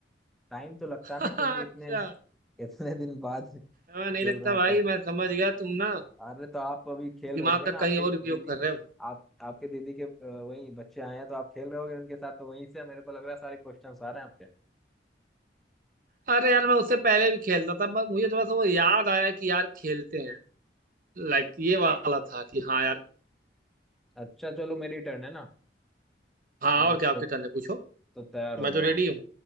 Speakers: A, in the centre; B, on the right.
A: टाइम तो लगता
B: <laughs>
A: है ना
B: अच्छा
A: क्योंकि इतने <laughs> इतने दिन बाद
B: हमें नहीं
A: खेल
B: लगता
A: रहे हैं
B: भाई
A: तो
B: मैं समझ गया तुम ना
A: अरे तो आप अभी खेल
B: दिमाग
A: रहे होगे
B: का
A: ना
B: कहीं
A: आपके
B: और उपयोग
A: दीदी
B: कर रहे हो
A: आप आपके दीदी के अ, वही बच्चे आए हैं तो आप खेल रहे होगे उनके साथ तो वहीं से मेरे को लग रहा है सारे क्वेश्चन आ रहे हैं आपके
B: अरे यार मैं उससे पहले भी खेलता था मैं- मुझे थोड़ा सा वो याद आया कि यार खेलते हैं लाइक ये वाला था कि हाँ यार
A: अच्छा चलो मेरी टर्न है ना
B: हाँ
A: हाँ
B: और क्या आपकी
A: तो
B: टर्न है पूछो
A: तो तैयार हो
B: मैं
A: जाओ
B: तो रेडी हूँ